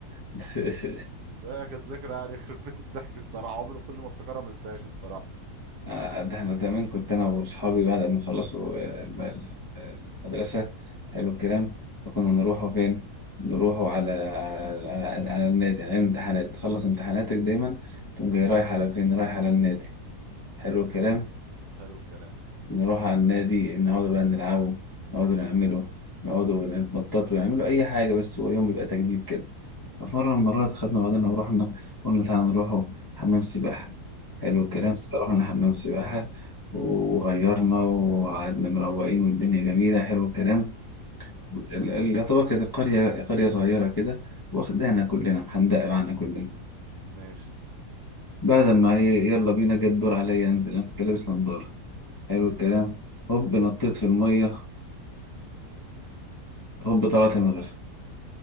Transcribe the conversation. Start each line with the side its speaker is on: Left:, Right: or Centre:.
Left: <laughs>
Right: ده كانت ذكرى يعني يخرب بيت الضحك الصراحه عمري كل ما افتكرها ما انساهاش الصراحه
Left: آه، ده أنا زمان كنت أنا وأصحابي بعد ما خلصوا آه، الم- ال- المدرسة حلو الكلام فكنا نروحوا فين؟ نروحوا على على, على النادي على الامتحانات تخلص امتحاناتك دايما تقوم جاي رايح على فين؟ رايح على النادي حلو الكلام
Right: حلو الكلام
Left: نروح على النادي نقعد بقى نلعبه نقعد نعمله نقعد نتنطط ونعمله أي حاجة بس هو يوم يبقى تجديد كده ففي مرة من المرات خدنا بعضنا ورحنا قلنا تعالى نروح حمام سباحة حلو الكلام
Right: ماشي
Left: رحنا حمام سباحة وغيرنا وقعدنا مروقين والدنيا جميلة حلو الكلام
Right: مم.
Left: ال- ال- يعتبر كانت قرية قرية صغيرة كده واخدانا كلنا محندقة معانا كلنا
Right: ماشي
Left: بعد ما إيه، يلا بينا جه الدور عليا انزل انا كنت لابس نضارة حلو الكلام هوب نطيت في المية هوب طلعت من غيرها